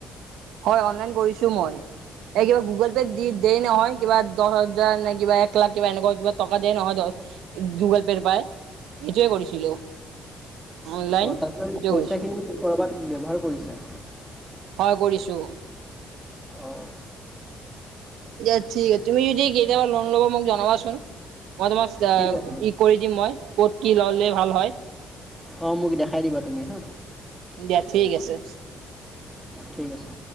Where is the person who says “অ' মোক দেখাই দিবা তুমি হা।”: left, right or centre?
Centre